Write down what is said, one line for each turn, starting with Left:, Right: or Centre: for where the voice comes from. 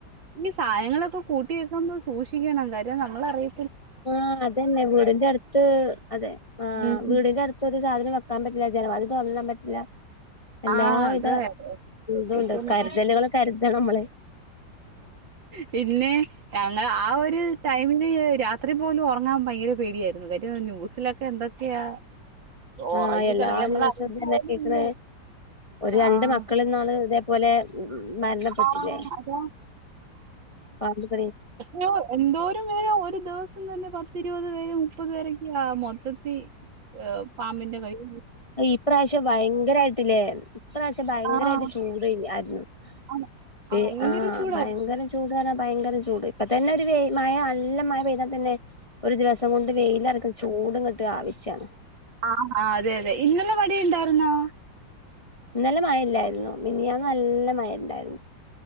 Right: ഇനി സാധനങ്ങളൊക്കെ കൂട്ടി വെക്കുമ്പോൾ സൂക്ഷിക്കണം. കാര്യം നമ്മളറിയ
Left: ആ അതന്നെ, വീടിന്റെ അട്ത്ത്. അതെ ആ
Right: ഉം
Left: വീടിന്റെ അട് ത്തൊരു സാധനം വെക്കാൻ പറ്റില്ല, ജനവാതിൽ തൊർന്നിടാൻ പറ്റില്ല. എല്ലാവിധ
Right: ആഹ് അത് ശ്രദ്ധിക്കണം
Left: ഇതുംണ്ട്. കരുതലുകൾ, കരുതണം നമ്മള്
Right: പിന്നെ ഞങ്ങള്, ആ ഒരു ടൈമില് രാത്രി പോലും ഒറങ്ങാൻ ഭയങ്കര പേടിയായിരുന്നു. കാര്യം ന്യൂസിലൊക്കെ എന്തൊ ക്ക്യാ ഒറങ്ങികഴിഞ്ഞാ
Left: ആഹ് എല്ലാ
Right: നമ്മൾ
Left: ദിവസവും
Right: അറിയത്തു
Left: ഇതന്നെ
Right: പോലും
Left: കേക്കണേ
Right: ഇല്ലേ.
Left: ഒരു രണ്ട്
Right: ആഹ്.
Left: മക്കള് ഇന്നാള് ഇതേപോലെ മരണപ്പെട്ടില്ലേ.
Right: ആഹ് അതാ
Left: പാമ്പ് കടിയേറ്റ്.
Right: നോ. എന്തോരം പേരാ ഒരു ദിവസം തന്നെ. പത്തിരുപത് പേരെ മുപ്പത് പേരക്കെയാ ആ മൊത്തത്തി. പാമ്പിന്റെ കടി കൊണ്ട്
Left: ഈ പ്രാവശ്യം ഭയങ്കരയായിട്ടില്ലേ. ഈ പ്രാവശ്യം ഭയങ്കരായിട്ട്
Right: ആഹ്
Left: ചൂട് തന്നെയാരുന്നു.
Right: ആണ്
Left: ദേ
Right: ഭയങ്കര
Left: ആഹ്
Right: ചൂടായിരുന്നു
Left: ഭയങ്കരം ചൂട് കാരണം ഭയങ്കരം ചൂട്. ഇപ്പ തന്നെ ഒരു വെ മയ, നല്ല മഴ പെയ്താ തന്നെ ഒരു ദിവസ്. കൊണ്ട് വെയിലൊറെക്കും ചൂടും കെട്ട് ആവിച്ചാണ്.
Right: ആഹ് ആഹ് അതെ അതെ. ഇന്നലെ മഴ ഒണ്ടാരുന്നോ?
Left: ഇന്നലെ മയയില്ലാരുന്ന്. മിനിഞ്ഞാന്ന് നല്ല മഴ ഒണ്ടാരുന്നു.